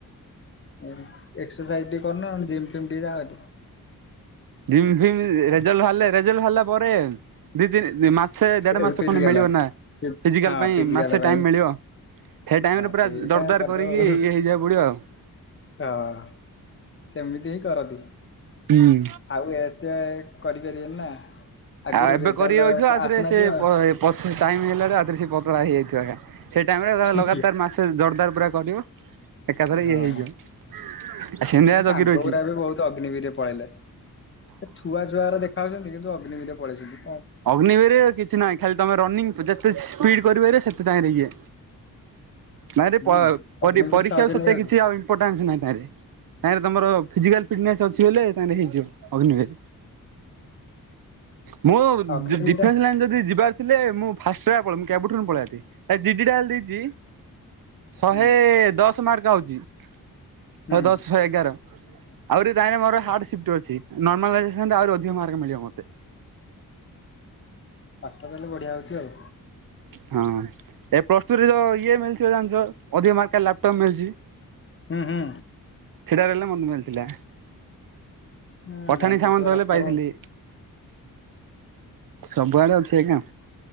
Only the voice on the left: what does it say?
ଏଁ ଏକସରସାଇଜ ଟିକେ କରୁନ ଜିମ୍ ଫିମ୍ ଟିକେ ଯାଅ ତି।
ଏଲପିଜି
ବାଲା
ହଁ
ପିଜି
ବାଲା ପାଇଁ
ହଁ
ସେଇଟା
କରିଦବ
ଆଉ
ହଁ ସେମିତି ହିଁ କରନ୍ତି।
ଆଉ ଏତେ କରିପାରିବେନି ନା। ଆଗରୁ
ରେଜଲ୍ଟ
ଆସୁନଥିବ
ସେଇଆ।
ହଁ।
ମୋ ସାଙ୍ଗ
ଗୁରା ବି ବହୁତ ଅଗ୍ନିବିରରେ ପଳେଇଲେ ଛୁଆ ଛୁଆଗୁରା ଦେଖ ଖାଉଛନ୍ତି କିନ୍ତୁ ଅଗ୍ନି ବିର ରେ ପଳେଇଛନ୍ତି।
ହୁଁ
ଅଗ୍ନିବିର
ସହଜେ
ନେଇଯାଉଛି
ଅଗ୍ନିବିର
ଟା
ହୁଁ
ହୁଁ।
ପାଠ ତାହେଲେ ବଢିଆ ହଉଛି ଆଉ।
ହୁଁ ହୁଁ।
ହୁଁ
ଘାଣ୍ଟୁଥିବ
ଲାପଟପ।